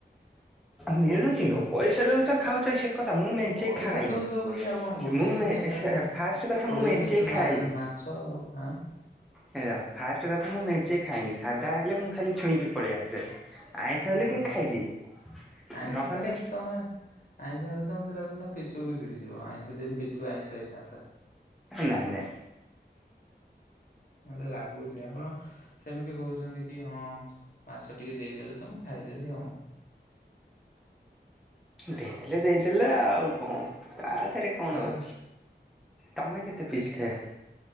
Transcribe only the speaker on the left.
ପଇସା
ଦଉଛ ବୋଲି ଆଉ କଣ ଗୋଟେ
ଦିନରେ
ଏକାଥରେ
କୋଡିଏ
ପିସ୍
ମାଛ <unintelligible>
ଅ
ହଁ।
ଆଇଁଷ
ହେଲେ ତ ତମେ ଆଇଁଷ ହେଲେ ତ ମତେ ଲାଗୁଚି ତମେ ପିଚୁ ବି ଗିଳିଯିବ। ଆଇଁଷ ଯଦି ପିଚୁ ଆଇଁଷ ହେଇଥାନ୍ତା।
ମତେ ଲାଗୁଚି ଆପଣ ସେମିତି କହୁଛନ୍ତି କି ହଁ ମାଛ ଟିକେ ଦେଇଦେଲେ ତ ମୁଁ ଖାଇଦେଲି ଆଉ।
ଆଉ